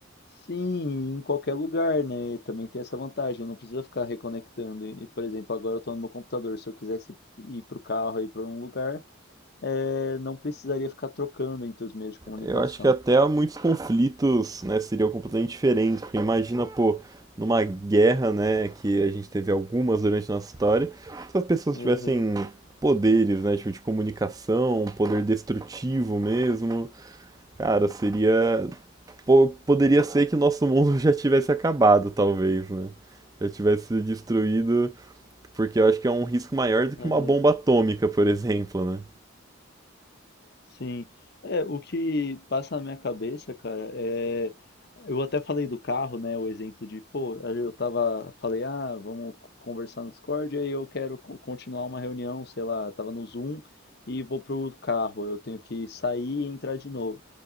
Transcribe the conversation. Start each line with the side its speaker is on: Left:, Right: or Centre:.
Left: Sim, em qualquer lugar, né? Também tem essa vantagem, eu não preciso ficar reconectando. E, por exemplo, agora eu estou no meu computador. Se eu quisesse ir para o carro, ir para um lugar, eh, não precisaria ficar trocando entre os meios de comunicação.
Right: Eu acho que até muitos conflitos, né, seriam completamente diferentes, porque imagina, pô, numa guerra, né, que a gente teve algumas durante a nossa história, se as pessoas
Left: Uhum,
Right: tivessem poderes, né, tipo de comunicação, um poder destrutivo mesmo, cara, seria, po- poderia ser que o nosso mundo <laughs> já tivesse acabado, talvez, né? Já tivesse sido destruído, porque eu acho que é um risco maior do que
Left: uhum.
Right: uma bomba atômica, por exemplo, né?
Left: Sim. É, o que passa na minha cabeça, cara, é. Eu até falei do carro, né? O exemplo de, pô, eu tava. Falei, ah, vamos conversar no Discord, aí eu quero co- continuar uma reunião, sei lá, tava no Zoom e vou pro carro. Eu tenho que sair e entrar de novo.